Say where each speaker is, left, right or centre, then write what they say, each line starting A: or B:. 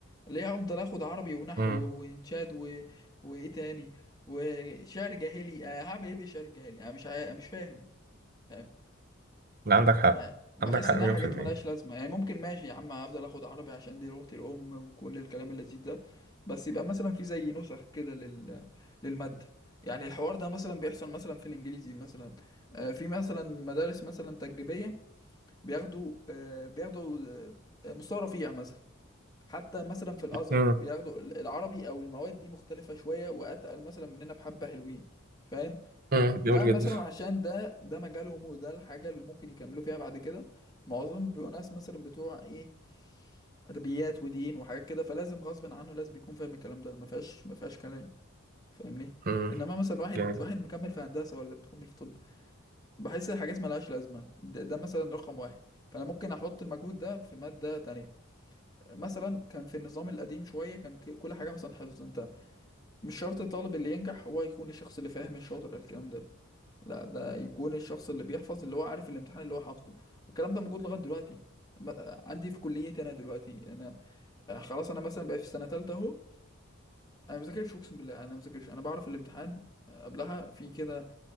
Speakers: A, on the left (about 20°); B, on the right (about 45°).
A: ليه افضل اخد عربي ونحو
B: امم
A: وانشاد و... وايه تاني وشعر جاهلي أنا هعمل ايه بالشعر الجاهلي انا مش عا... مش فاهم فاهم
B: عندك حق
A: يعني بحس
B: عندك حق
A: ان
B: مليون
A: هي حاجات
B: في المية
A: ملهاش لازمه يعني ممكن ماشي يا عم افضل اخد عربي عشان دي لغتي الام وكل الكلام اللذيذ ده بس يبقى مثلا في زي نسخ كده لل... للماده يعني الحوار ده مثلا بيحصل مثلا في الانجليزي مثلا آه، في مثلا مدارس مثلا تجريبيه بياخدوا آه، بياخدوا آه، مستوى رفيع مثلا حتى مثلا في الازهر
B: امم
A: بياخدوا ال- العربي او المواد دي مختلفه شويه واتقل مثلا مننا بحبه حلوين فاهم
B: امم
A: ده
B: جميل جدا
A: مثلا عشان ده ده مجالهم وده الحاجة اللي ممكن يكملوا فيها بعد كده معظمهم بيبقوا ناس مثلا بتوع ايه أدبيات ودين وحاجات كده فلازم غصب عنه لازم يكون فاهم الكلام ده ما فيهاش ما فيهاش كلام فاهمني
B: امم
A: انما مثلا واحد
B: جميل
A: واحد مكمل في هندسة ولا مكمل في طب بحس الحاجات ملهاش لازمة ده, ده مثلا رقم واحد فانا ممكن احط المجهود ده في مادة تانية مثلا كان في النظام القديم شوية كان ك- كل حاجة مثلا حفظ انت مش شرط الطالب اللي ينجح هو يكون الشخص اللي فاهم الشاطر الكلام ده لا ده يكون الشخص اللي بيحفظ اللي هو عارف الامتحان اللي هو حافظه والكلام ده موجود لغايه دلوقتي ما- عندي في كليتي انا دلوقتي انا آه، خلاص انا مثلا بقيت في سنه ثالثه اهو انا ما بذاكرش اقسم بالله انا ما بذاكرش انا بعرف الامتحان آه، قبلها في كده